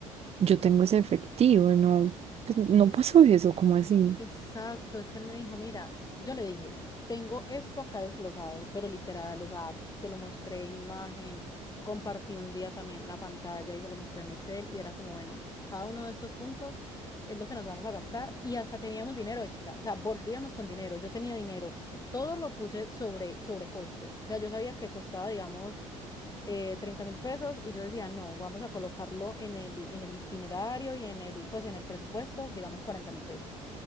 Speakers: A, on the right; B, on the left.
A: yo tengo ese efectivo, no, pues, no
B: es
A: pasó eso, como así?
B: Exacto, es que él me dijo, mira, yo le dije, tengo esto acá desglosado, pero literal, o sea, se lo mostré en imagen, compartí un día también la pantalla y se lo mostré en Excel y era como, bueno, cada uno de estos puntos es lo que nos vamos a gastar y hasta teníamos dinero extra, o sea, volvíamos con dinero, yo tenía dinero, todo lo puse sobre, sobre costo, o sea, yo sabía que costaba, digamos, eh, 30 mil pesos y yo decía, no, vamos a colocarlo en el, en el itinerario y en el, pues en el presupuesto, digamos, cuarenta mil pesos.